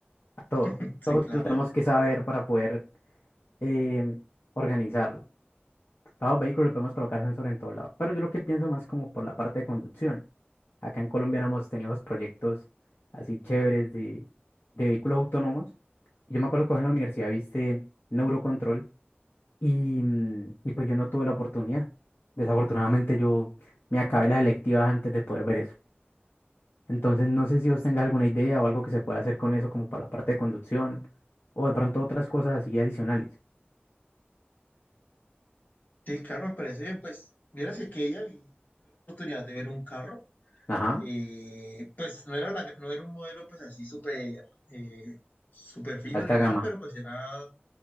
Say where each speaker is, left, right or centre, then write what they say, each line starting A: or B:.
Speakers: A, on the left; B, on the left.
A: a todo.
B: <laughs> sí,
A: Todo
B: claro.
A: lo tenemos que saber para poder em, organizarlo. Todo vehículo vehículos podemos colocar sensor en todo lado, pero yo lo que pienso más como por la parte de conducción. Acá en Colombia no hemos tenido esos proyectos así chéveres de, de vehículos autónomos. Y Yo me acuerdo que vos en la universidad viste neurocontrol y, mm, y pues yo no tuve la oportunidad. Desafortunadamente yo me acabé las electivas antes de poder ver eso. Entonces no sé si vos tengas alguna idea o algo que se pueda hacer con eso como para la parte de conducción o de pronto otras cosas así adicionales.
B: Sí, claro, me parece bien. Pues, vieras que aquella vi tuve la oportunidad de ver un carro.
A: Ajá,
B: eh, pues no era la, no era un modelo pues así súper eh, súper fino
A: de alta
B: ni
A: gama.
B: nada, pero pues era,